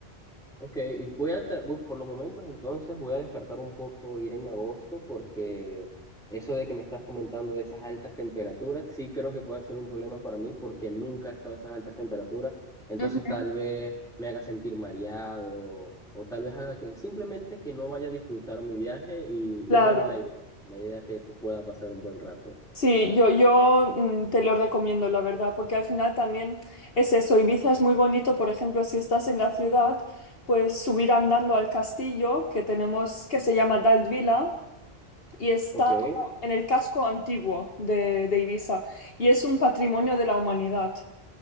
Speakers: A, in the centre; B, on the left (about 60°).
A: Ok, y voy a, tra- voy- por los momentos entonces voy a descartar un poco ir en agosto porque eso de que me estás comentando de esas altas temperaturas, sí creo que puede ser un problema para mí porque nunca he estado a esas altas temperaturas, entonces
B: Ujú.
A: tal vez me haga sentir mareado o tal vez haga que simplemente que no vaya a disfrutar mi viaje y,
B: Claro,
A: y no es la idea, la idea es que te pueda pasar un buen rato.
B: sí, yo, yo mm, te lo recomiendo, la verdad, porque al final también es eso, Ibiza es muy bonito, por ejemplo, si estás en la ciudad, pues subir andando al castillo que tenemos, que se llama Daldvila, y está
A: Ok,
B: como en el casco antiguo de, de Ibiza, y es un patrimonio de la humanidad.